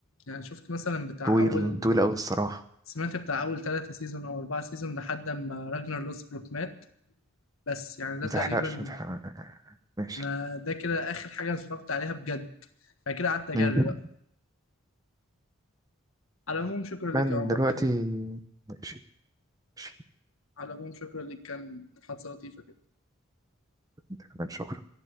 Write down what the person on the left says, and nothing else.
يعني شفت مثلا بتاع
أول
سمعت بتاع أول ثلاثة سيزون أو أربعة سيزون لحد ما راجنر لوسبروك مات بس يعني ده
تقريبا
أنا ده كده آخر حاجة أنا اتفرجت عليها بجد بعد كده قعدت أجري
بقى على العموم شكرا ليك
يا عمر
كان
على العموم شكرا ليك كان محادثة لطيفة